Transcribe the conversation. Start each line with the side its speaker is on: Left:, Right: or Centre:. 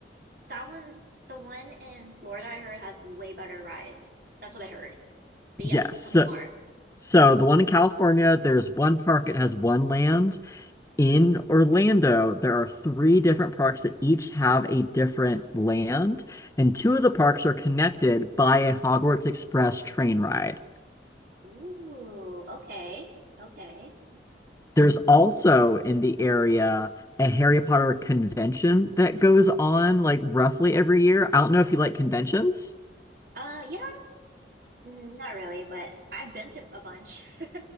Right: that one, the one in Florida I heard has way better rides. That's what I heard. But yes,
Left: Yes.
Right: tell
Left: So,
Right: me more.
Left: so the one in California, there's one park, it has one land. in
Right: hmm
Left: Orlando, there are three different parks that each have a different land, and two of the parks are connected by a Hogwarts Express train ride.
Right: Ooh, okay. Okay.
Left: There's also in the area a Harry Potter convention that goes on like roughly every year. I don't know if you like conventions.
Right: Uh yeah, mm, not really, but I've been to a bunch. <laughs>